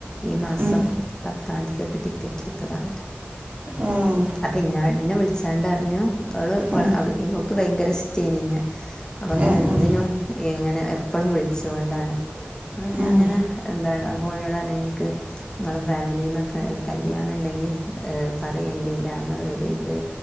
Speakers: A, on the left (about 15°); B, on the right (about 35°).
A: ഈ മാസം
B: ഉം
A: പ താന്തികക് ടിക്കറ്റ്ട്ത്തതാണല്ലോ
B: ഏഹ്
A: അപ്പെ ഇന്ന ഇന്ന വിളിച്ചാണ്ടർഞ്ഞു അള് വളെ
B: ഉം
A: അവ്ട് നക്ക് ഭയങ്കര ഇഷ്ടയിനിന്നെ അപ്പങ്ങനെ
B: ആഹ്
A: എന്തിനും
B: ആഹ്
A: ഇങ്ങനെ എപ്പളും വിളിച്ചോണ്ടാണ് അപ്പം ഞാൻങ്ങനെ
B: ഉം
A: എന്താണ് അപ്പോൾ നോടർഞ് ഇൻക്ക് ങ്ങളെ ഫാമിലിന്നൊക്കെ കല്യാണണ്ടെങ്കി ഏഹ് പറയേണ്ടി ന്റെ ആങ്ങളവര്ണ്ട്